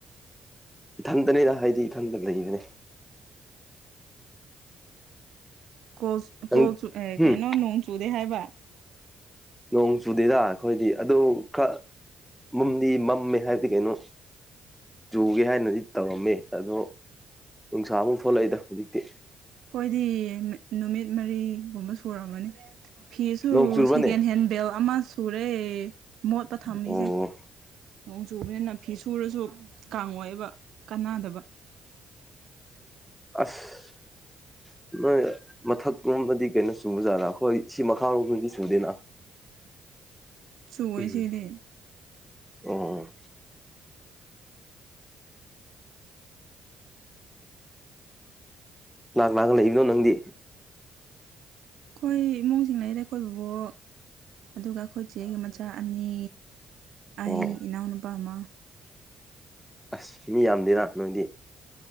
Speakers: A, in the centre; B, on the right (about 70°).
A: ꯏꯊꯟꯇꯅꯤꯅ ꯍꯥꯏꯗꯤ ꯏꯊꯟꯗ ꯂꯩꯕꯅꯤ
B: ꯀꯜ
A: ꯅꯪ
B: ꯀꯣꯜ ꯆ
A: ꯍꯨꯝ
B: ꯀꯩꯅꯣ ꯅꯣꯡ ꯆꯨꯗꯦ ꯍꯥꯏꯕ
A: ꯅꯣꯡ ꯆꯨꯗꯦꯗ ꯑꯩꯈꯣꯏꯗꯤ ꯑꯗꯨ ꯈ ꯃꯝꯗꯤ ꯃꯝꯃꯦ ꯍꯥꯏꯕꯗꯤ ꯀꯩꯅꯣ ꯆꯨꯒꯦ ꯍꯥꯏꯅꯗꯤ ꯇꯧꯔꯝꯃꯤ ꯑꯗꯣ ꯅꯨꯡꯁꯥꯃꯨꯛ ꯊꯣꯛꯂꯛꯏꯗ ꯍꯧꯖꯤꯛꯇꯤ
B: ꯑꯩꯈꯣꯏꯗꯤ ꯅꯨꯃꯤꯠ ꯃꯔꯤꯒꯨꯝꯕ ꯁꯨꯔꯛꯑꯃꯅꯤ ꯐꯤꯁꯨ
A: ꯅꯣꯡ ꯆꯨꯕ꯭ꯔꯅꯦ
B: ꯁꯦꯀꯦꯟ ꯍꯦꯟ ꯕꯦꯜ ꯑꯃ ꯁꯨꯔꯦ ꯃꯣꯠꯄ ꯊꯝꯃꯤꯁꯦ
A: ꯑꯣ
B: ꯅꯣꯡ ꯆꯨꯕꯅꯤꯅ ꯐꯤ ꯁꯨꯔꯁꯨ ꯀꯥꯡꯉꯣꯏꯦꯕ ꯀꯥꯟꯅꯗꯕ
A: ꯑꯁ ꯅꯣꯏ ꯃꯊꯛꯂꯣꯝꯗꯗꯤ ꯀꯩꯅꯣ ꯆꯨꯕ ꯖꯥꯠꯗ ꯑꯩꯈꯣꯏ ꯁꯤ ꯃꯈꯥꯔꯣꯝꯗꯤ ꯆꯨꯗꯦꯅ
B: ꯁꯨꯑꯣꯣꯏ
A: ꯎꯝ
B: ꯁꯤꯗꯤ
A: ꯑꯣ ꯂꯥꯛ ꯂꯥꯛꯒ ꯂꯩꯕꯅꯣ ꯅꯪꯗꯤ
B: ꯑꯩꯈꯣꯏ ꯏꯃꯨꯡꯁꯤꯡꯅꯗ ꯑꯩꯈꯣꯏꯕꯕꯨ ꯑꯗꯨꯒ ꯑꯩꯈꯣꯏ ꯆꯦ ꯑꯩꯒꯤ ꯃꯆꯥ ꯑꯅꯤ
A: ꯑꯣ
B: ꯑꯩ ꯏꯅꯥꯎꯅꯨꯄꯥ ꯑꯃ
A: ꯑꯁ ꯃꯤ ꯌꯥꯝꯗꯅ ꯅꯣꯏꯗꯤ